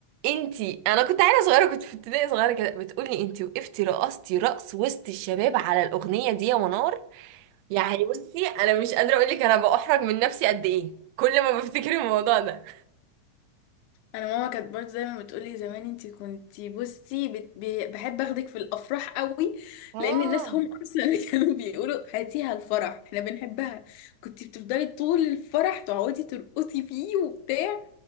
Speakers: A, on the right; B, on the left.
A: انتي انا كنت عيله صغيره كنت في ابتدائي صغيره كده بتقولي انتي وقفتي رقصتي رقص وسط الشباب على الاغنيه دي يا منار يعني بصي انا مش قادره اقول لك انا بأحرج من نفسي قد ايه كل ما بفتكر الموضوع ده
B: انا ماما كانت برضه دايما بتقولي زمان انتي كنتي بصي بت... ب- بحب اخدك في الافراح قوي
A: اه
B: لان الناس هم <laughs> اصلا اللي كانوا بيقولوا هاتيها الفرح احنا بنحبها كنتي بتفضلي طول الفرح تقعدي ترقصي فيه وبتاع